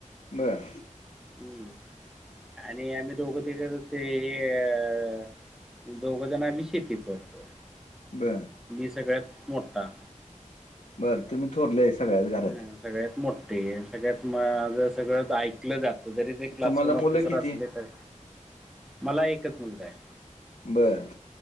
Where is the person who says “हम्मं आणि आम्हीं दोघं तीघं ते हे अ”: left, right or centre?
Centre